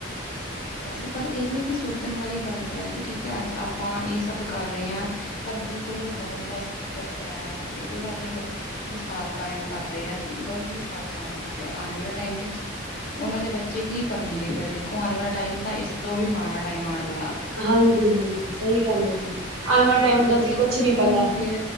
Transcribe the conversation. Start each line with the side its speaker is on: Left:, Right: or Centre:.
Left: ਹਾਂ ਬਸ, ਪਰ ਇਹ ਹੈ ਕਿ ਸੋਚਣ ਵਾਲੀ ਗੱਲ ਹੈ ਕਿ ਠੀਕ ਹੈ ਅੱਜ ਆਪਾਂ ਇਹ ਸਭ ਕਰ ਰਹੇ ਹਾਂ ਪਰ ਜੇ ਕੋਈ ਵੱਡਾ ਬੰਦਾ ਇਸ ਤਰ੍ਹਾਂ ਕਰਦਾ ਹੈ ਤੇ ਉਹ ਆਪਣੇ ਬੱਚਿਆਂ ਮਿਸਾਲ ਕਾਇਮ ਕਰ ਰਿਹਾ। ਗਲਤ ਮਿਸਾਲ ਕਾਇਮ ਕਰ ਰਿਹਾ। ਆਉਣ ਵਾਲੇ ਟਾਈਮ ਵਿੱਚ ਉਹਨਾਂ ਦੇ ਬੱਚੇ ਕੀ ਕਰਨਗੇ ਫੇਰ? ਦੇਖੋ ਆਉਣ ਵਾਲਾ ਟਾਈਮ ਤਾਂ ਇਸ ਤੋਂ ਵੀ ਮਾੜਾ ਟਾਈਮ ਆਉਣ ਵਾਲਾ।
Right: ਹਾਂਜੀ, ਹਾਂਜੀ ਸਹੀ ਗੱਲ ਹੈ ਜੀ। ਆਉਣ ਵਾਲੇ ਟਾਈਮ
Left: ਤੇ ਬੱਚੇ
Right: ਦਾ ਜੀ
Left: ਕਿੱਥੋਂ
Right: ਕੁਛ ਨਹੀਂ ਪਤਾ
Left: ਫੇਰ